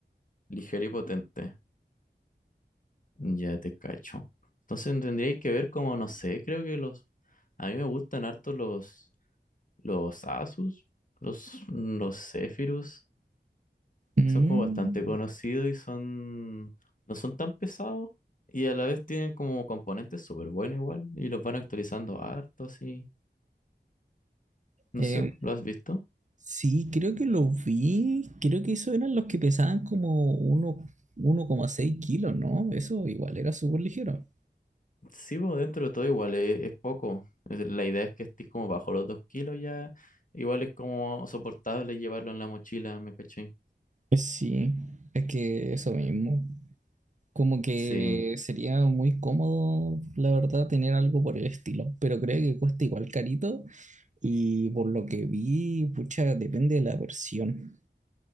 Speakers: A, on the left; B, on the right.
A: Ligero y potente. Ya te cacho. Entonces tendríais que ver como, no sé, creo que los... A mí me gustan harto los, los Asus, los, los Zephyrus,
B: Mm,
A: que son como bastante conocidos y son... no son tan pesados y a la vez tienen como componentes súper buenos igual y los van actualizando harto así. No
B: eh,
A: sé, ¿lo has visto?
B: sí, creo que lo vi. Creo que esos eran los que pesaban como uno, uno coma seis kilos, ¿no? Eso igual era súper ligero.
A: Sí, pues dentro de todo igual es, es poco. Es- La idea es que estés como bajo los dos kilos ya. Igual es como soportable llevarlo en la mochila, ¿me caché?
B: Eh, Sí, es que eso mismo. Como que
A: Sí.
B: sería muy cómodo, la verdad, tener algo por el estilo, pero creo que cuesta igual carito y por lo que vi, pucha, depende de la versión.